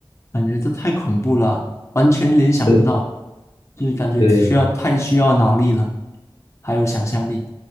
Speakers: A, on the left; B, on the left.
A: 感觉这太恐怖了啊，完全联想不到，
B: 对
A: 就是感觉需要太需要脑力了，
B: 对呀、
A: 还有想象力。